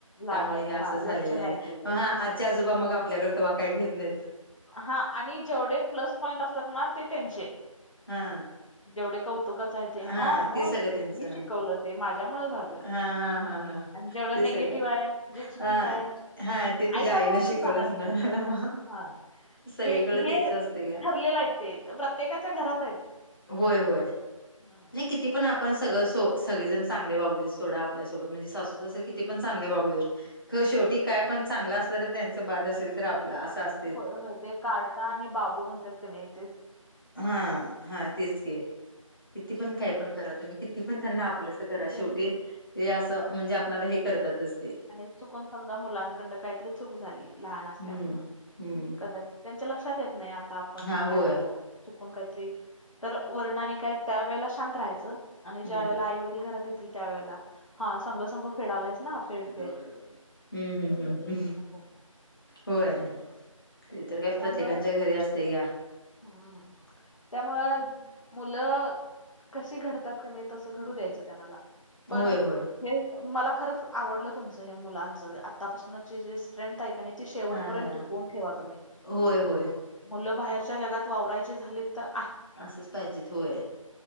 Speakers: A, on the left (about 65°); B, on the left (about 40°).
A: लाड
B: त्यामुळे
A: आहेत
B: हे असं
A: हा
B: झालेलं
A: लक्ष नाही
B: आहे
A: देत
B: हा आजी आजोबा मग आपल्याकडे तव्हा काय घेत नाहीत.
A: हा आणि जेवढे प्लस पॉईंट असतात ना ते त्यांचे.
B: हा.
A: जेवढे कौतुकाच काय ते?
B: हा
A: हं, मग
B: ते सगळं त्यांचं
A: मी शिकवलं ते माझ्या मुळ झालं.
B: हा हा हा हा
A: आणि जेवढं
B: ते
A: निगेटिव्ह
B: सगळं
A: आहे, जे चुकीच
B: हा
A: आहे
B: हा ते तुझ्या
A: आई, बाबा
B: आईनं
A: वरच
B: शिकवलं
A: जाणार,
B: असणार.
A: की हा.
B: सगळीकडे
A: हे, हे
B: तेच असतं या
A: ठरलेलं आहे ते प्रत्येकाच्या घरात आहेत.
B: होय होय.
A: हा.
B: नाही किती पण आपण सगळं सो सगळेजण चांगले वागू देत, सोडा आपल्यासोबत म्हणजे सासू, सासरे किती पण चांगले वागू देत. ह
A: हम्म.
B: शेवटी काय पण चांगला असला, तर त्यांचा बाद असेल तर आपला असं अस
A: होय होय ते कार्टा आणि बाबू म म्हणत्यात, कि नाही तेेच
B: हा हा, तेच कि. किती पण काय पण करा तुम्ही, किती पण त्यांना
A: हम्म.
B: आपलंस करा शेवटी ते असं म्हणजे, आपणाला हे करतातचं.
A: आणि चुकून समजा मुलांकडं काहीतरी चूक झाली, लहान असल्यामुळ
B: हम्म हम्म
A: कदाचित त्यांच्या लक्षात येत नाही, आता आपण
B: हा
A: काय
B: होय
A: करावं? चुकून काहीतरी तरी, वरण आणि काय त्या वेळेला शांत राहायचं. आणि
B: हम्म
A: ज्या वेळेला आई, वडील घरात येतील, त्या वेेळेला हा संघ संघ फेडालायस ना फेड. फेड
B: ह ह हम्म! ह
A: असं.
B: होय, ते तर, काय
A: त्यामुळं
B: प्रत्येकांच्या घरी असतयं घ्या.
A: हम्म त्यामुळं मुलं कशी घडतात क नाही, तसं घडू द्यायचं त्यांनाला पण
B: होय होय
A: हे मला खरंच आवडलं तुमचं हे मुलांच आत्ता पासूनचे जे <unintelligible> ऐकण्याची शेवपर्यंत
B: हा हा
A: टिकवून ठेवा तुम्ही,
B: होय होय.
A: मुलं बाहेरच्या जगात वावरायची झाली तर,
B: असंच पाहिजेत होय.